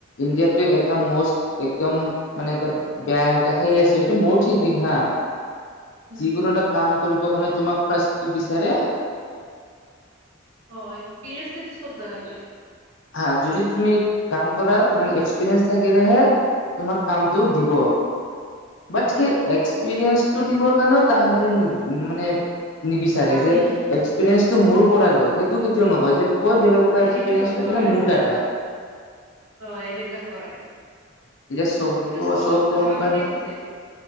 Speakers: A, on the left (about 60°); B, on the right (about 75°).
A: ইণ্ডিয়াত এটা মষ্ট একদম, মানে এটা বেয়া সেই আছে এইটো মোৰ থিংকিং হা
B: উম
A: যোনো কাম কৰিব কাৰ
B: অ এক্সপে চব জাগাটা লাগে
A: হা যদি তুমি কাম কৰা মানে এক্সপৰিিয়েস থাকিলেহে তোমাক কামটো দিব বাট সেই
B: দিব
A: এক্সপিৰিয়েঞ্চটো
B: অ
A: দিবৰ কাৰণেও তাহাঁতে মানে নিবিচাৰে
B: কাম
A: যে
B: নিদিয়ে
A: এক্সপিৰিয়েন্ঞ্চটো মোৰ পৰা ল সেইটো কেতিও নহয় যে তই বেলেগৰ পৰা এক্সপিৰিয়েন্ঞ্চ
B: সেইটো নকয়
A: নে মোটাটা
B: অ এনেককা কয়
A: এতিয়া চব
B: এইটো
A: চব
B: কোম্পানীতে
A: কোম্পানী
B: খোজে এইটো